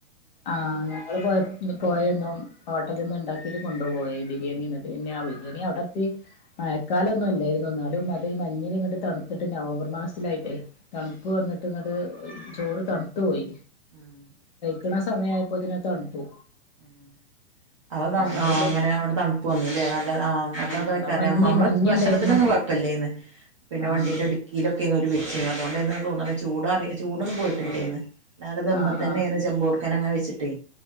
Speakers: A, on the left; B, on the right.
A: ആഹ് ഞങ്ങള് പോയ പോയരുന്നു ഹോട്ടലിൽ നിന്ന് ഉണ്ടാക്കിട്ട് കൊണ്ടുപോയ ഈ ബിരിയാണി എന്നിട്ട് പിന്നെ ആഹ് ബിരിയാണി അവിടത്തി മഴക്കാലൊന്നും അല്ലായിരുന്നു എന്നാലും അത് മഞ്ഞന് ഇങ്ങട്ട് തണുത്തിട്ട് നവംബർ മാസത്തിലായിട്ടേ തണുപ്പ്
B: ഉം
A: വന്നിട്ട് ഇങ്ങട്ട് ചോറ് തണുത്തു പോയി
B: ആഹ്
A: തുറ സമയയപ്പോ തണുത്തു
B: ഉം അത്
A: രാവിലെ
B: ആഹ് അങ്ങനെ അവിടെ തണുപ്പ് വന്നല്ലേ നല്ല ആഹ് അതായിറിയ
A: അവിടെ മഞ്ഞ്
B: നമ്മള്
A: മഞ്ഞുണ്ടായിരുന്നു
B: ഭക്ഷണത്തിനന്നും കുഴപ്പില്ലേന്ന് പിന്നെ
A: ആഹ്
B: വണ്ടിന്റെ സിക്കില് ഒക്കെ അരുന്ന് ഒരു വെച്ച് അതുകൊണ്ടന്ന് തോന്നണ് ചൂടാ ചൂടന്നും പോയിട്ടില്ലേന്ന് എന്ന ദുമ്മത്തന്നെ
A: ആഹ് ആഹ്
B: ചെമ്പ കൊടുക്കൻ അങ്ങനെ വെച്ചിട്ട്